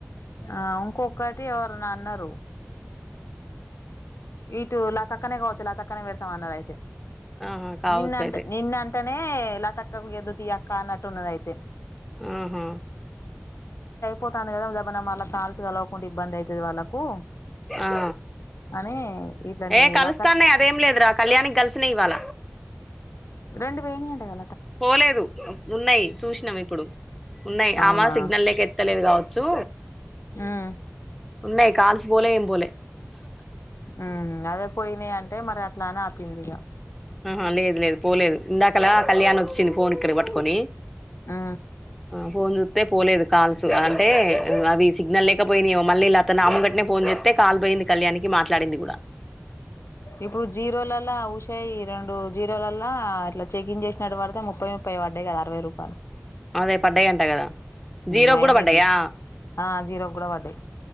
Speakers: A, on the left; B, in the centre.
A: ఆ ఉంకొక్కటి ఎవరునన్నారు ఇటు లతక్కనే కావచ్చు లతక్కనే పెడతాం అన్నది అయితే
B: ఆహా కావచ్చు
A: నిన్ను అంటే
B: అయితే
A: నిన్న అంట మే లతక్కకు ఇయ్యద్దు తీ అక్క అన్నట్టు ఉన్నదైతే
B: ఆహా
A: పోతంది కదా జబన మళ్ళ కాల్స్ కలవకుంటే ఇబ్బంది అయితది వాళ్ళకు
B: ఆ
A: అని ఇట్లా నీ
B: ఏ కలుస్తాన్నాయ్
A: లతక్
B: అదేం లేదురా కళ్యాణికి కలిసినయ్ ఇవాళ
A: రెండు వోయినయ్ అంటగదా
B: పోలేదు ఉన్నయ్ చూసినాం ఇప్పుడు ఉన్నయి
A: అవునా
B: ఆమ సిగ్నల్ లేక ఎ త్తలేదు కావచ్చు
A: హ్మ్
B: ఉన్నయి కాల్స్ పోలే ఏం పోలే
A: ఉమ్ అదే పోయినాయ్ అంటే మరి అట్లాన ఏందిగా
B: అహ లేదు లేదు పోలేదు ఇందాకలా కళ్యాణి వచ్చింది ఫోన్ ఇక్కడికి పట్టుకొని
A: ఆ
B: ఆ ఫోన్ జూత్తే పోలేదు కాల్స్ అంటే అవి సిగ్నల్ లేకపోయినయ్ ఏమో, మళ్ళీ లత నా ముంగట్నే ఫోన్ జేత్తే కాల్ పోయింది కళ్యాణికి మాట్లాడింది కూడా,
A: ఇప్పుడు జీరోలలా ఉషాయి రెండు జీరోలల్లా ఇట్లా చెకిన్ చేసినట్టు పడితే ముప్పై ముప్పై పడ్డయి కదా అరవై రూపాలు
B: అదే పడ్డాయి అంట కదా జీరో
A: నయమే
B: కూడా పడ్డాయా
A: తీ ఆ జీరోక్కూడ వడ్డయ్